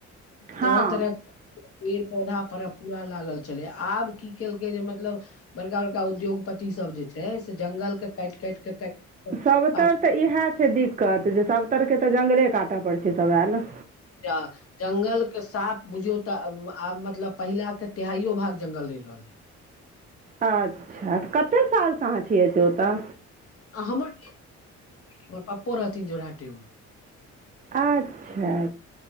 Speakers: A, on the right; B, on the left.
A: हँ
B: तरह तरह, पेड़ पौधा पर पूरा लागल छलै आब की केलकै जे मतलब, बड़का बड़का उद्योगपति सब जे छै से जंगल के काटि काटि कऽ काटि, काटि के
A: सभतरि
B: कारखाना
A: तऽ इएह छै दिक्कत जे सभतरके तऽ जङ्गले काटय पड़ छै सभ आए,
B: आ <unintelligible> जंगल के साफ बुझियो तऽ आब मतलब पहिला के तेहाईयो भाग जंगल रहहि रहल ये,
A: अच्छाऽ कते सालसँ अहाँ छियै से ओतऽ?
B: आ हमर हमर पप्पो रहथिन जोराटी मे <unintelligible>
A: अच्छा